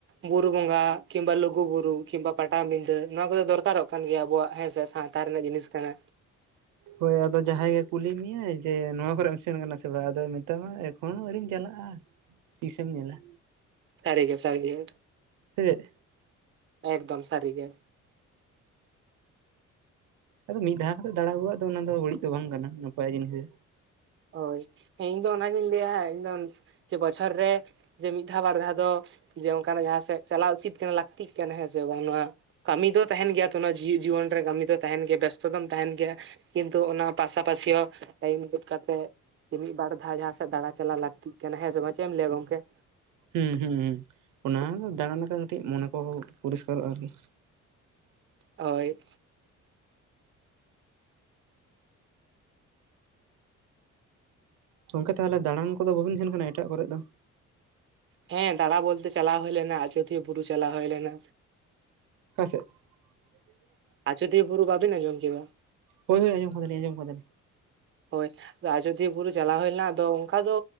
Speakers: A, on the right (about 40°); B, on the right (about 85°).
A: ᱵᱩᱨᱩ ᱵᱚᱸᱜᱟ ᱠᱤᱢᱵᱟ ᱞᱩᱜᱩ ᱵᱩᱨᱩ, ᱠᱤᱢᱵᱟ ᱯᱟᱴᱟ ᱵᱤᱰᱟᱹ ᱱᱚᱣᱟ ᱠᱚᱫᱚ ᱫᱚᱨᱠᱟᱨᱚᱜ ᱠᱟᱱ ᱜᱮᱭᱟ ᱟᱵᱚᱣᱟᱜ ᱦᱮᱸᱥᱮ ᱥᱟᱶᱛᱟ ᱨᱮᱱᱟᱜ ᱡᱤᱱᱤᱥ ᱠᱟᱱᱟ,
B: ᱦᱳᱭ ᱟᱫᱚ ᱡᱟᱦᱟᱸᱭ ᱜᱮ ᱠᱩᱞᱤ ᱢᱮᱭᱟᱭ ᱡᱮ ᱱᱚᱣᱟ ᱠᱚᱨᱮ ᱮᱢ ᱥᱮᱱ ᱠᱟᱱᱟ ᱥᱮ ᱵᱟᱝ ᱟᱫᱚᱭ ᱢᱮᱛᱟᱢᱟ ᱮᱠ ᱮᱠᱷᱚᱱᱳ ᱟᱹᱣᱨᱤᱢ ᱪᱟᱞᱟᱜᱼᱟ ᱛᱤᱥᱮᱢ ᱧᱮᱞᱟ,
A: ᱥᱟᱹᱨᱤ ᱜᱮ ᱥᱟᱹᱨᱤ ᱜᱮ,
B: ᱥᱮ ᱪᱮᱫ
A: ᱮᱠᱫᱚᱢ ᱥᱟᱹᱨᱤ ᱜᱮ,
B: ᱟᱫᱚ ᱢᱤᱫ ᱫᱷᱟᱣ ᱠᱟᱛᱮ ᱫᱟᱲᱟ ᱟᱹᱜᱩᱣᱟᱜ ᱫᱚ ᱚᱱᱟ ᱫᱚ ᱵᱟᱹᱲᱤᱡ ᱫᱚ ᱵᱟᱝ ᱠᱟᱱᱟ ᱱᱟᱯᱟᱭ ᱡᱤᱱᱤᱥ ᱜᱮ,
A: ᱦᱳᱭ ᱦᱮᱸ ᱤᱧ ᱫᱚ ᱚᱱᱟᱜᱤᱧ ᱞᱟᱹᱭᱟ ᱤᱧᱫᱚ ᱡᱮ ᱵᱚᱪᱷᱚᱨ ᱨᱮ, ᱡᱮ ᱢᱤᱫ ᱫᱷᱟᱣ ᱵᱟᱨ ᱫᱷᱟᱣ ᱫᱚ ᱡᱮ ᱚᱱᱠᱟᱱᱟᱜ ᱡᱟᱦᱟᱸ ᱥᱮᱫ ᱪᱟᱞᱟᱣ ᱩᱪᱤᱛ ᱠᱟᱱᱟ ᱞᱟᱹᱠᱛᱤᱜ ᱠᱟᱱᱟ ᱦᱮᱸ ᱥᱮ ᱵᱟᱝ ᱱᱚᱣᱟ, ᱠᱟᱹᱢᱤ ᱫᱚ ᱛᱟᱦᱮᱸᱱ ᱜᱮᱭᱟ ᱛᱚ ᱚᱱᱟ ᱡᱤᱭᱤᱫ ᱡᱤᱭᱚᱱ ᱨᱮ ᱠᱟᱹᱢᱤ ᱫᱚ ᱛᱟᱦᱮᱸᱱ ᱜᱮᱭᱟ ᱵᱮᱥᱛᱚ ᱫᱚᱢ ᱛᱟᱦᱮᱸᱱ ᱜᱮᱭᱟ, ᱠᱤᱱᱛᱩ ᱚᱱᱟ ᱯᱟᱥᱟ ᱯᱟᱥᱤ ᱦᱚᱸ ᱴᱟᱭᱤᱢ ᱠᱚᱫᱚ, ᱠᱟᱛᱮᱜ ᱡᱮ ᱢᱤᱫ ᱵᱟᱨ ᱫᱷᱟᱣ ᱡᱟᱦᱟᱸ ᱥᱮᱫ ᱫᱟᱬᱟ ᱪᱟᱞᱟᱣ ᱞᱟᱹᱠᱛᱤᱜ ᱠᱟᱱᱟ ᱦᱮᱸ ᱥᱮ ᱵᱟᱝ ᱪᱮᱫ ᱮᱢ ᱞᱟᱹᱭᱟ ᱜᱚᱝᱠᱮ,
B: ᱦᱩᱸ ᱦᱩᱸ ᱦᱩᱸ ᱚᱱᱟ ᱦᱚᱸ ᱫᱟᱬᱟᱱ ᱞᱮᱠᱟ ᱠᱟᱹᱴᱤᱡ ᱢᱚᱱᱮ ᱠᱚ ᱯᱚᱨᱤᱥᱠᱟᱨᱚᱜᱼᱟ ᱟᱨᱠᱤ,
A: ᱦᱳᱭ
B: ᱜᱚᱢᱠᱮ ᱛᱟᱦᱚᱞᱮ ᱫᱟᱬᱟᱱ ᱠᱚᱫᱚ ᱵᱟᱵᱤᱱ ᱥᱮᱱ ᱠᱟᱱᱟ ᱮᱴᱟᱜ ᱠᱚᱨᱮᱜ ᱫᱚ,
A: ᱦᱮᱸ ᱫᱟᱬᱟ ᱵᱚᱞᱛᱮ ᱪᱟᱞᱟᱣ ᱦᱩᱭ ᱞᱮᱱᱟ ᱟᱡᱚᱫᱤᱭᱟᱹ ᱵᱩᱨᱩ ᱪᱟᱞᱟᱣ ᱦᱳᱭ ᱞᱮᱱᱟ,
B: ᱚᱠᱟ ᱥᱮᱫ <inaudible>
A: ᱟᱡᱚᱫᱤᱭᱟᱹ ᱵᱩᱨᱩ ᱵᱟᱵᱤᱱ ᱟᱡᱚᱢ ᱠᱮᱭᱟ
B: ᱦᱳᱭ ᱦᱳᱭ ᱟᱡᱚᱢ ᱠᱟᱫᱟᱞᱤᱧ ᱟᱡᱚᱢ ᱠᱟᱫᱟᱞᱤᱧ
A: ᱦᱳᱭ ᱟᱫᱚ ᱟᱡᱚᱫᱤᱭᱟᱹ ᱵᱩᱨᱩ ᱪᱟᱞᱟᱣ ᱦᱩᱭ ᱞᱮᱱᱟ ᱟᱫᱚ ᱚᱱᱠᱟ ᱫᱚ